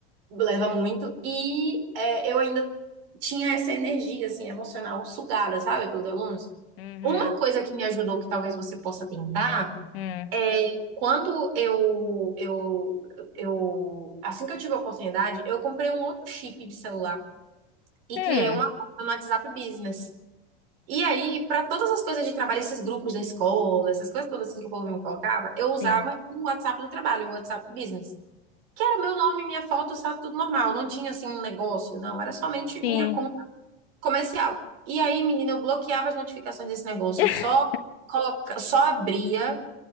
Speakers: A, on the right; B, on the left.
A: leva muito. E é, eu ainda tinha essa energia, assim, emocional sugada, sabe, pelos alunos.
B: Uhum,
A: Uma coisa que me ajudou, que talvez você possa tentar,
B: hum,
A: é quando eu, eu, eu, assim que eu tive a oportunidade, eu comprei um outro chip de celular e
B: hum,
A: criei uma conta no WhatsApp Business. E aí, para todas as coisas de trabalho, esses grupos da escola, essas coisas todas assim que o povo me colocava, eu usava
B: sim,
A: o WhatsApp do trabalho, o WhatsApp Business que era meu nome, minha foto, estava tudo normal. Não tinha assim um negócio, não. Era somente
B: sim.
A: minha conta comercial. E aí, menina, eu bloqueava as notificações desse negócio.
B: <laughs>
A: Eu só, coloca... só abria